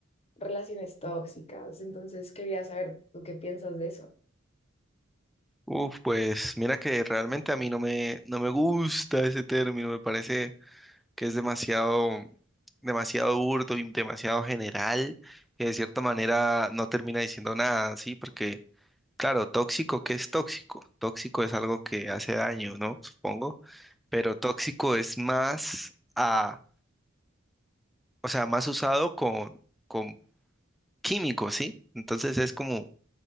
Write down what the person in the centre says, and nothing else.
Uf, pues mira que realmente a mí no me, no me gusta ese término, me parece que es demasiado, demasiado burdo y demasiado general, que de cierta manera no termina diciendo nada, ¿sí? Porque, claro, tóxico, ¿qué es tóxico? Tóxico es algo que hace daño, ¿no? Supongo, pero tóxico es más a, o sea, más usado con, con químicos, ¿sí? Entonces es como